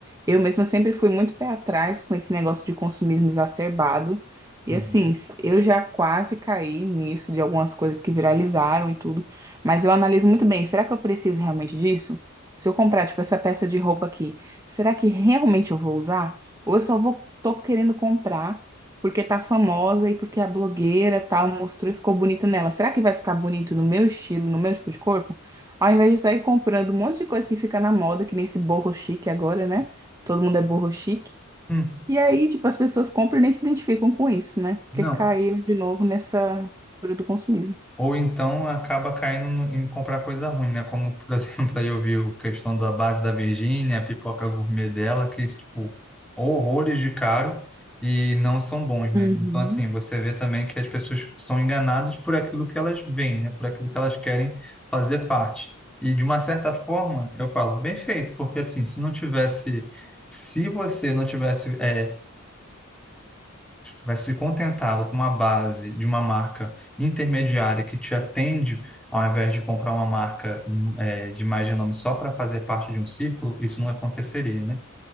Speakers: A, on the right (about 15°); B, in the centre.
A: Eu mesma sempre fui muito pé atrás com esse negócio de consumismo exacerbado. E
B: Uhum.
A: assim, s- eu já quase caí nisso de algumas coisas que viralizaram e tudo. Mas eu analiso muito bem, será que eu preciso realmente disso? Se eu comprar, tipo, essa peça de roupa aqui, será que realmente eu vou usar? Ou eu só vou, tô querendo comprar? porque tá famosa e porque a blogueira tal mostrou e ficou bonita nela. Será que vai ficar bonito no meu estilo, no meu tipo de corpo? Ao invés de sair comprando um monte de coisa que fica na moda, que nem esse boho chique agora, né? Todo mundo é boho chique.
B: Hum,
A: E aí, tipo, as pessoas compram e nem se identificam com isso, né? Porque
B: Não.
A: caíram de novo nessa cultura do consumismo.
B: Ou então acaba caindo no- em comprar coisa ruim, né? Como, por <laughs> exemplo, aí eu vi a questão da base da Virgínia, a pipoca gourmet dela, que, tipo, horrores de caro e não são bons, né?
A: Uhum.
B: Então, assim, você vê também que as pessoas são enganadas por aquilo que elas veem, né? Por aquilo que elas querem fazer parte. E, de uma certa forma, eu falo, bem feito, porque, assim, se não tivesse... Se você não tivesse... é, vai se contentado com uma base de uma marca intermediária que te atende, ao invés de comprar uma marca hum, eh, de mais renome só para fazer parte de um círculo, isso não aconteceria, né?